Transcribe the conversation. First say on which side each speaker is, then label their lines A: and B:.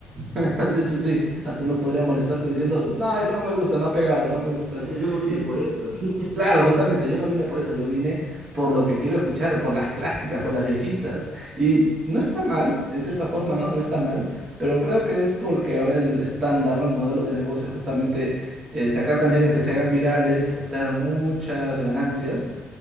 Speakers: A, on the right (about 45°); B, on the right (about 75°).
A: <laughs> De hecho, sí, hasta uno podría molestarte diciendo, no, eso no me gusta, no ha pegado, no me gusta.
B: <laughs> Yo no vine
A: Y
B: por eso, así. <laughs>
A: claro, justamente yo no vine por eso, yo vine por lo que quiero escuchar, por las clásicas, por las viejitas. Y no está mal, en cierta forma, ¿no? No está mal, pero creo que es porque ahora el estándar, ¿no? El modelo de negocio es justamente eh, sacar canciones que se hagan virales, obtener muchas ganancias